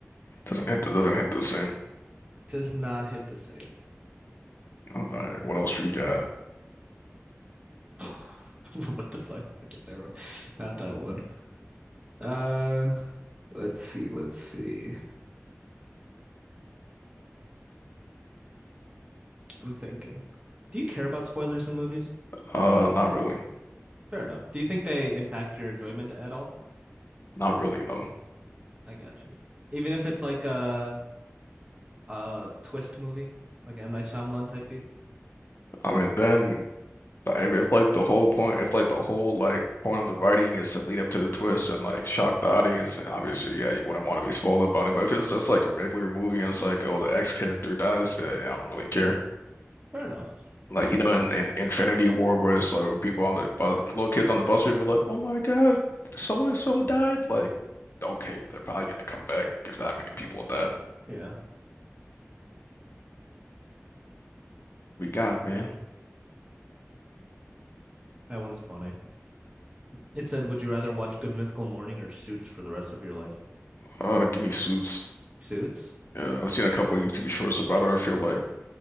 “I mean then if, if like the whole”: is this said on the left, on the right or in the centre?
Left